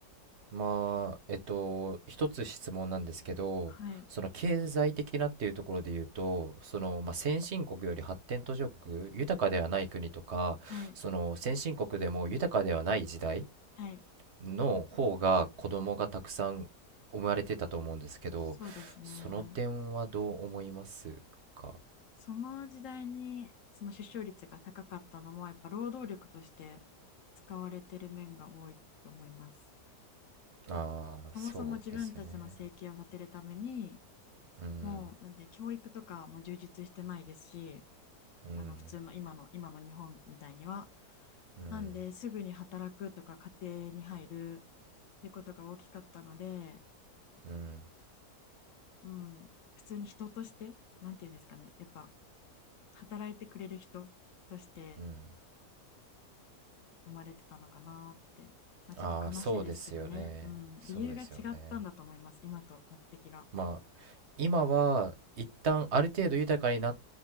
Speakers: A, on the right (about 55°); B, on the left (about 55°).
A: まあえっと一つ質問なんですけどその経済的なっていうところで言うとその、
B: はい。
A: まあ、先進国より発展途上国豊かではない国とかその先進国でも豊かではない時代
B: はい。はい。
A: の方が子供がたくさん生まれてたと思うんですけど、
B: そうですね。
A: その点はどう思いますか
B: その時代に、その出生率が高かったのも、やっぱ労働力として使われてる面が多いと思います。
A: ああー、
B: そもそも自分たちの生計を立てるために、
A: そうですよね。うん、
B: もう、なんで教育とかも充実してないですし、
A: うん、
B: あの普通の今の今の日本みたいには。
A: うん、
B: なんですぐに働くとか家庭に入るっていうことが大きかったので、
A: うん、
B: うん、普通に人としてなんていうんですかねやっぱ働いてくれる人として
A: うん。
B: 生まれてたのかなって、まあ、ちょっと悲しいですけどね、
A: ああ、そうですよね。
B: うん、
A: そうですよね。
B: 理由が違ったんだと思います今と目的が。
A: まあ、今は一旦ある程度豊かになっ